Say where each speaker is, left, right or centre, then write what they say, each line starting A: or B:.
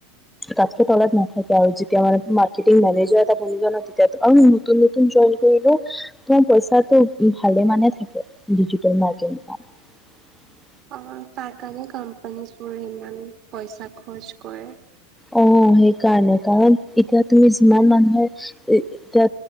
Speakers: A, in the centre; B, on the right (about 40°).
A: তাত কে তলাত নাথাকে আৰু যেতিয়া মান মাৰ্টিং মেনেজাৰ এটা বজ তেতিয়া আৰু নতন নতুন। কৰি ত পইচাটো ভালে মানে থাকে ডিজিটেল ম্কেট <unintelligible> <unintelligible>
B: অ তাৰ কাৰণে কম্পানী বো ইমান পইচা খৰচ কৰে।
A: অ সেইকাৰণে কাৰণ এতিয়া তুমি যিমান মানুহে এতিয়া